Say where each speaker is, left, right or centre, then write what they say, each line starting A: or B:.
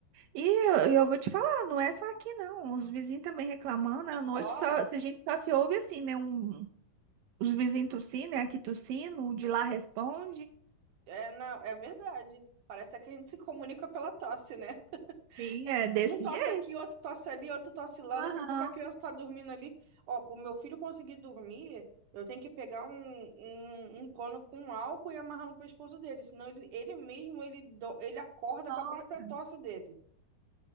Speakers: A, on the right; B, on the right.
A: E eu, eu vou te falar, não é só aqui não. Os vizinhos também reclamando, à noite
B: Ó,
A: só, se a gente só se ouve assim, né? Um, os vizinhos tossindo, né? Aqui tossindo, o de lá responde.
B: É, não, é verdade. Parece até que a gente se comunica pela tosse, né? <laughs>
A: Sim, é desse
B: Um tosse
A: jeito.
B: aqui, outro tosse ali, outro tosse lá.
A: Aham,
B: Daqui a pouco a criança tá dormindo ali. Ó, pro meu filho conseguir dormir, eu tenho que pegar um, um, um pano com álcool e amarrar no pescoço dele. Senão ele, ele mesmo, ele, do- ele acorda
A: nossa.
B: com a própria tosse dele.